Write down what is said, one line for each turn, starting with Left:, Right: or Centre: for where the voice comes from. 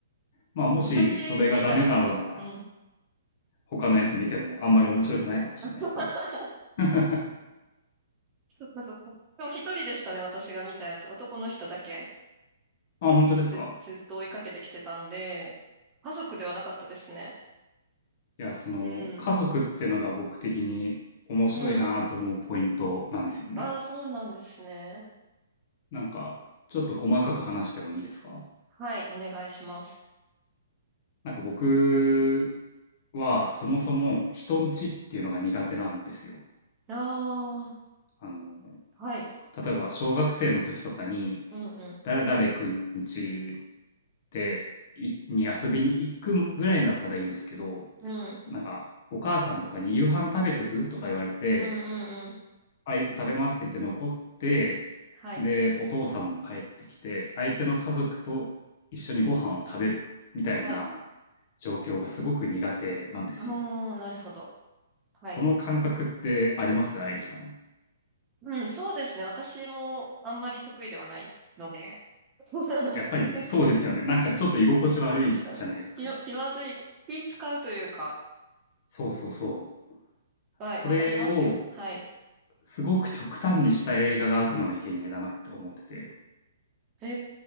Left: まあもしそれがダメなのなら、
Right: 私見たやつ、うん。
Left: 他のやつ見てもあんまり面白くないかもしれないですね。
Right: <laughs>
Left: <laughs>
Right: そっかそっか。でも一人でしたね、私が見たやつ。男の人だけ
Left: あ、本当ですか
Right: ず、ずっと追いかけてきてたんで、家族ではなかったですね。
Left: いや、その、
Right: うん。
Left: 家族ってのが僕的に面白いなと思うポイントなんですよね。
Right: うん。ああ、そうなんですね。
Left: なんか、ちょっと細かく話してもいいですか
Right: はい、お願いします。
Left: なんか僕はそもそも人んちっていうのが苦手なんですよ。
Right: ああ、
Left: あの、
Right: はい。
Left: 例えば小学生の時とかに
Right: うんうん。
Left: 誰々くん家でいに遊びに行くぐらいだったらいいんですけど
Right: うん。
Left: なんかお母さんとかに夕飯食べてくとか言われて
Right: うんうんうん。
Left: はい食べますって言って残って
Right: はい。
Left: でお父さんも帰ってきて相手の家族と一緒にご飯を食べるみたいな
Right: はい。
Left: 状況がすごく苦手なんですよ。
Right: ああ、なるほど。はい。
Left: この感覚ってあります愛理さん。
Right: うん、そうですね。私もあんまり得意ではないので。<laughs>
Left: やっぱりそうですよね。なんかちょっと居心地悪いじゃないですか。
Right: 何ですか気ま、気まずい。気使うというか。
Left: そうそうそう。
Right: はい、
Left: それを
Right: わかりますよ。はい。
Left: すごく極端にした映画が悪魔の生贄だなって思ってて、
Right: へ